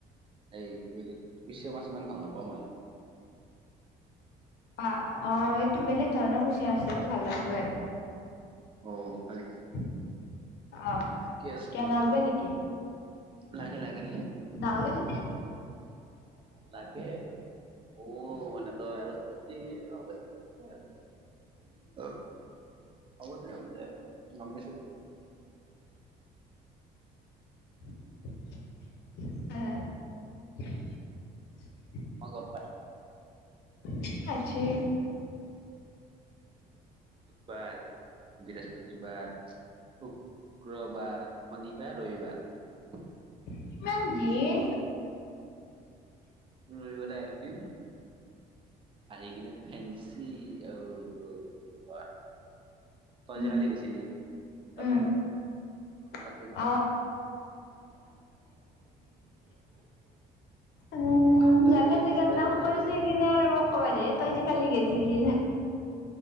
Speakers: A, on the right; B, on the left.
A: এই কি বুলি কুচিয়াঁ মাছ ইমান ভাল নাপাওঁ মই।
B: আ অ', এইটো বেলেগ ধৰণৰ কুচিয়াঁ মাছটো এইটো ভাল লাগে।
A: অ হয় নেকি
B: <unintelligible> আ,
A: ঠিকে
B: কিয় <unintelligible>
A: লাগে লাগে।
B: বাৰৈ
A: লাগে। অ' মানে তই আৰু সুত দিবি, হব'তে। <unintelligible> হব দে, হব দে গম পাইছোঁ। <unintelligible>
B: <unintelligible>
A: মই গম পাইছোঁ।
B: ঠিক আছে।
A: বৰ, বৃহস্পতিবাৰ, শুক্ৰবাৰ শনিবাৰ, ৰবিবাৰ।
B: কিমান ঘিণ?
A: ৰবিবাৰে আহিম আহি কিনে ফেঞ্চি <unintelligible> তই
B: উম
A: যে কালি গৈছিলি, তাতে
B: উম
A: যাম। তাতে
B: <unintelligible>
A: যাম
B: উম,
A: তই
B: জাকে
A: যে কালি
B: জাগাত
A: গেছ তই
B: নাম
A: যে কালি
B: কৈছে
A: গেছিলি।
B: কিন্তু মোক কব দে, তই যে কালি গেইছিলি।